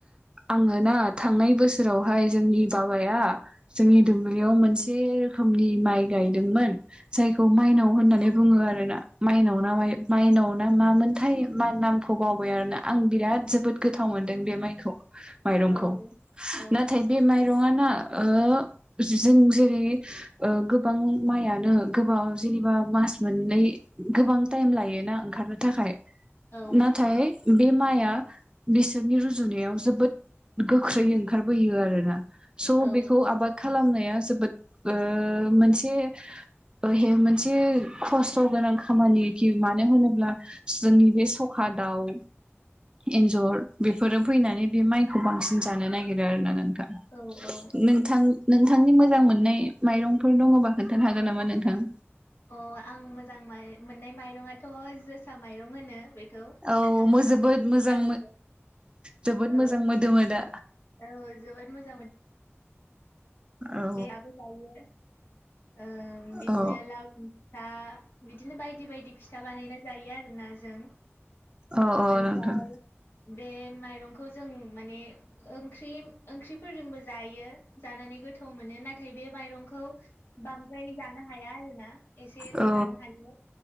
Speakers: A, on the right; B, on the left.
A: आङो ना थांनाय बोसोरावहाय जोंनि बाबाया आ जोंनि दुब्लियाव मोनसे रोखोमनि माइ गायदोंमोन। जायखौ माइनाव
B: औ
A: होननानै बुङो आरो ना माइनाव ना माइ माइनाव ना मा मोनथाय मा नाम खौ बावबाय आरोना आं बिराद जोबोद गोथाव मोन्दों बे माइखौ माइरंखौ
B: औ औ
A: नथाय बे माइरंआ ना ओ जों जेरै ओ गोबां माइआनो गोबा जेनेबा मा मास मोननै गोबां थायमलायोना ओंगखारनो थाखाय
B: औ
A: नाथाय बे माइ या बिसोरनि रुजुनायाव जोबोद गोख्रैयै ओंखारबोयो आरो ना। स'
B: औ
A: बेखौ आबाद खालामनाया जोबोद ओ मोनसे ओ हे मोनसे खस्थ' गोनां खामानिखि मानो होनोब्ला जोंनि बे स खादाव एन्जर बेफोरो फैनानै बे माइ खौ बांसिन जानो नागिरो आरोना नोंथां
B: औ औ
A: नोंथां नों थांनि मोजां मोननाय माइरंफोर दङबा खोन्थानो हागोन नामा नोंथां?
B: अ आं मोजां मोइ मोननाय माइरङाथ' जोसा माइरं होनो बे खौ
A: औ
B: नोंथाङा
A: मो
B: मिथिगौ
A: जोबोद मोजां
B: जाहाय
A: जोबोद
B: औ
A: मोजां मोदोमो दा
B: औ जोबोद मोजां मोन।
A: औ
B: फिथाबो जायो ओ बिदिन
A: औ
B: लावदु फिथा बिदिनो बायदि बायदि फिथा बानायना जायो आरोना जों।
A: औ औ
B: ओमफ्राय
A: नोंथां।
B: बे माइरंखौ जों माने ओंख्रि ओंख्रिफोरजोंबो जायो। जानानै गोथाव मोनो ना थाय बे माइरंखौ बांद्राय जानो हाया आरोना एसेल'
A: औ
B: जानो हायो।